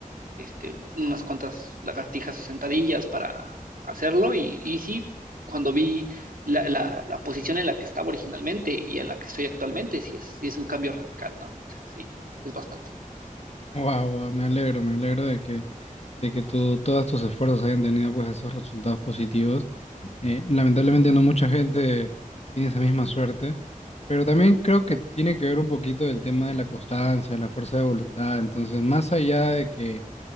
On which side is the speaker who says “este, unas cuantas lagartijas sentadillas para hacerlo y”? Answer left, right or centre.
Right